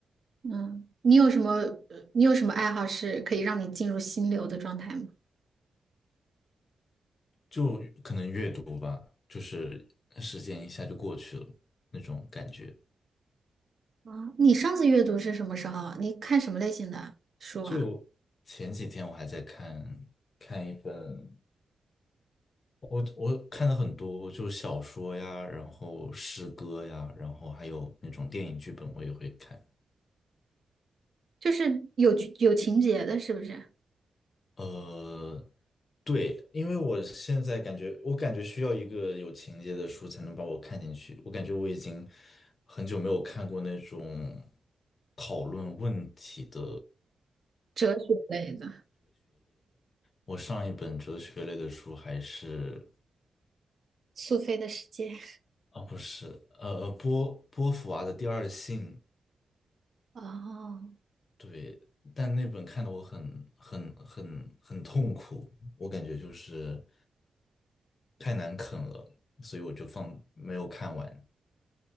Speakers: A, on the right; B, on the left.
A: 嗯，你有什么呃你有什么爱好是可以让你进入心流的状态吗？
B: 就可能阅读，就是时间一下就过去了那种感觉。
A: 啊，你上次阅读是什么时候啊？你看什么类型的书啊？
B: 就前几天我还在看看一本，我我看了很多，就小说呀，然后诗歌呀，然后还有那种电影剧本，我也会看。
A: 就是有有情节的，是不是？
B: 呃，对，因为我现在感觉，我感觉需要一个有情节的书才能把我看进去。我感觉我已经很久没有看过那种讨论问题的。
A: 哲学类的。
B: 我上一本哲学类的书还是，
A: 苏菲的世界
B: 哦，不是，呃，呃波波伏娃的《第二性》，
A: 哦，
B: 对，但那本看的我很很很很痛苦，我感觉就是太难啃了，所以我就放没有看完。